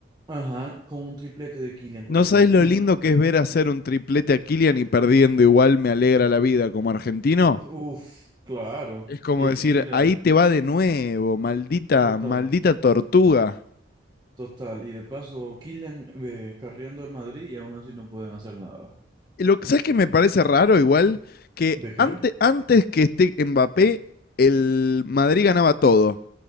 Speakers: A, on the right; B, on the left.
A: Ajá, con un triplete de Kylian,
B: No
A: correcto.
B: sabés lo
A: Nico.
B: lindo que es ver hacer un triplete a Kylian y perdiendo igual me alegra la vida como argentino.
A: Uf, claro.
B: Es como
A: Y es
B: decir,
A: que mira,
B: ahí te va de nuevo, maldita,
A: total.
B: maldita tortuga.
A: Total, y de paso, Kylian eh, carriendo al Madrid y aún así no pueden hacer nada.
B: Y Lo que sabes que me parece raro igual que
A: ¿De qué?
B: antes, antes que esté Mbappé, el Madrid ganaba todo,